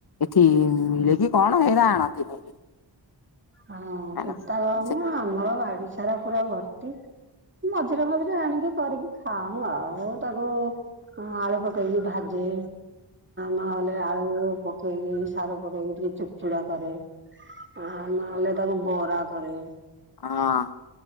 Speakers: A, on the left (about 55°); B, on the right (about 25°).
A: ଏଠି ମିଳେ କିି କଣ ହେରା ଆଣନ୍ତିନି।
B: ହଁ
A: ହଁ
B: ପିତାର ଆମର ବାଡିସାରା ପୁରା ଭର୍ତ୍ତି। ମଝିରେ ମଝିରେ ଆଣିକି କରିକି ଖାଉ ଆଉ ତାକୁ ହଁ ଆଳୁ ପକେଇକି ଭାଜେ ନହେଲେ ଆଳୁ ପକେଇକି ସାରୁ ପକେଇକି ଟିକେ ଚୁପ ଚୁଡା କରେ ଆ ନହେଲେ ତାକୁ ବରା କରେ
A: ହଁ।